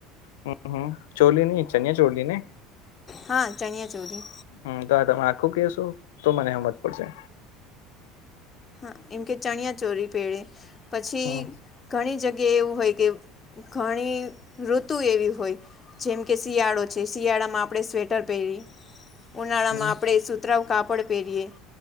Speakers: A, on the left; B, on the left.
A: હમ હમ ચોલીની ચણ્યા ચોલી ને
B: હા ચણિયાચોરી
A: હમ તો આ તમે આખું કશો તો મને સમજ પડશે.
B: હા એમ કે ચણિયા ચોરી પહેળે પછી
A: હમ
B: ઘણી જગ્યાએ એવું હોય કે ઘણી ઋતુ એવી હોય. જેમ કે શિયાળો છે, શિયાળામાં આપણે સ્વેટર પહેરી, ઉનાળામાં
A: હમ
B: આપણે સુતરાઉ કાપડ પહેરીએ